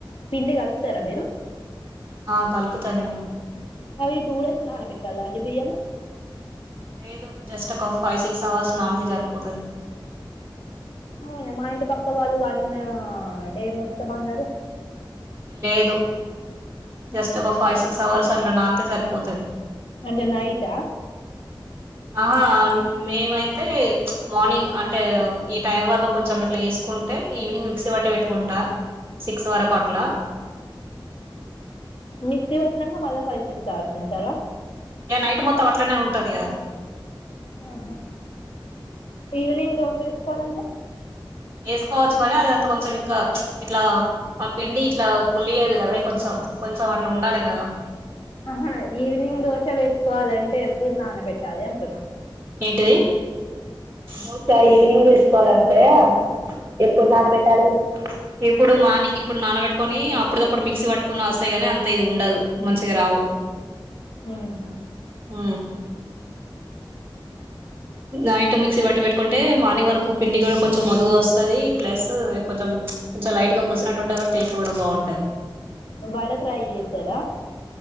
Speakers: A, on the left (about 90°); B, on the right (about 30°).
A: పిండి కలుపుతార మీరు
B: ఆ కల్పుత నేను
A: అ టూ డేస్ నాన పెట్టాలా అండి బియ్యము
B: లేదు జస్ట్ ఒక ఫైవ్ సిక్స్ అవర్స్ నానితే సరిపోతది
A: అ మా ఇంటి పక్క వాళ్ళు వన్ డే మొత్తం అన్నారు
B: లేదు జస్ట్ ఒక ఫైవ్ సిక్స్ అవర్స్ అట్ల నాంతే సరిపోతుంది
A: అంటే నైట
B: ఆహా మేమైతే మార్నింగ్ అంటే ఈ టైం వరకు కొంచెం ఇట్ల <unintelligible> అంటే ఈవినింగ్ మిక్సీ పట్టి పెట్టుకుంటా సిక్స్ వరుకు అట్ల
A: మిక్స్సి వేసినక మల్ల ఫైవ్ సిక్స్ అవర్స్ ఉంచాల
B: ఇక నైట్ మొత్తం అట్లనే ఉంటది కదా
A: ఆహా ఈవినింగ్ దోశ వేసుకోవాలంటే
B: వేసుకోవచ్చు కానీ అదంత కొంచెం ఇంకా ఇట్లా ఆ పిండి ఇట్లా పుల్లియది <unintelligible> కొంచం కొంచెం అట్ల ఉండాలి కదా
A: ఆహా ఈవినింగ్ దోశ వేసుకోవాలంటే ఎప్పుడు నానబెట్టాలి అంటున్న
B: ఏంటిది దోస ఈవినింగ్ వేసుకోవాలంటే ఎప్పుడు నానబెట్టాలి ఇప్పుడు మార్నింగ్ ఇ ఇప్పుడు నానబెట్టుకొని అప్పుడప్పుడు మిక్సీ పట్టుకుని వస్తాయి గాని అంత ఇది ఉండదు మంచిగ రావు
A: ఆహా
B: ఆ నైట్ మిక్సీ బట్టి పెట్టుకుంటే మార్నింగ్ వరకు పిండి కూడ కొంచెం <unintelligible> వస్తుంది ప్లస్ కొంచెం కొంచెం లైట్ గా పూసినట్టు ఉంటే టేస్ట్ కూడ బాగుంటది
A: <unintelligible> ట్రై చేసార